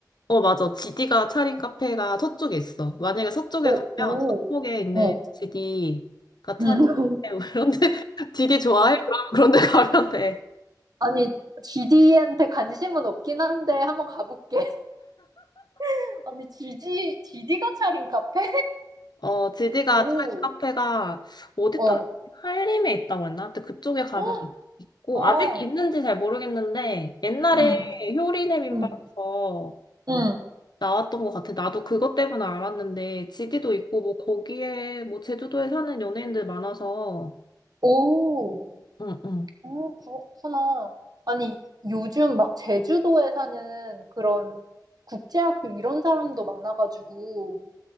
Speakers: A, on the left (about 75°); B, on the right (about 60°).
A: 어, 맞아. 지디가 차린 카페가 서쪽에 있어. 만약에 서쪽에
B: 오,
A: 가면
B: 오.
A: 서쪽에 있는
B: 어,
A: 지디가 차린
B: 음. <laughs>
A: 카페, <laughs> 그런데 지디 좋아해? 그럼 그런데 가면 돼.
B: 아니, GD한테 관심은 없긴 한데, 한번 가볼게. <laughs> 아니, GD, 지디가 차린 카페?
A: 어, 지디가
B: 오,
A: 차린 카페가 어디다,
B: 어,
A: 한림에 있다고 했나? 근데 그쪽에
B: <gasps>
A: 가면 있고,
B: 어,
A: 아직 있는지 잘 모르겠는데, 옛날에
B: 음,
A: 효리네 민박에서
B: 음, 음,
A: 나왔던 것 같아. 나도 그것 때문에 알았는데, 지디도 있고, 뭐, 거기에, 뭐, 제주도에 사는 연예인들 많아서,
B: 오.
A: 응, 응.
B: 어, 그렇구나. 아니, 요즘 막 제주도에 사는 그런 국제학교 이런 사람도 많아가지고,